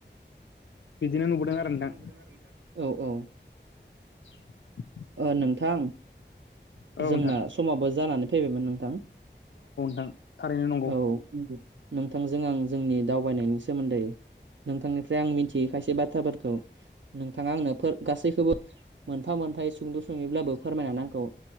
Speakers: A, on the left; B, on the right.
A: बिदिनो नुबोदों आरो
B: बिदिनो
A: नोंथां
B: नुबोदों आरो नोंथां औ औ
A: <unintelligible>
B: ओ नोंथां
A: औ
B: जोंना
A: नोंथां
B: समाबो जानानै फैबायमोन नोंथां
A: थां थारैनो नंगौ
B: औ नोंथांजों आं जोंनि दावबायनायनि सोमोन्दै नोंथांनिफ्राय आं मिनथियै खायसे बाथ्राफोरखौ नोंथाङा आंनो फोर गासैखोबो मोनफा मो खन्थाइ सुंद' सङैब्लाबो फोरमायनानै आंखौ